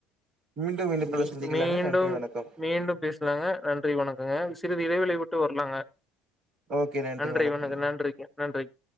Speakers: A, on the right; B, in the centre.
A: மீண்டும் இணைப்புல
B: மீ
A: சந்திக்கலாங்க.
B: மீண்டும்
A: நன்றி வணக்கம்.
B: மீண்டும் பேஸ் லாங்க நன்றி வணக்கங்க சிறிது இடைவெளை விட்டு வர்லாங்க
A: ஓகே.
B: நன்றி
A: வணக்கங்க.
B: வணக் நன்றிங்க நன்றிங்க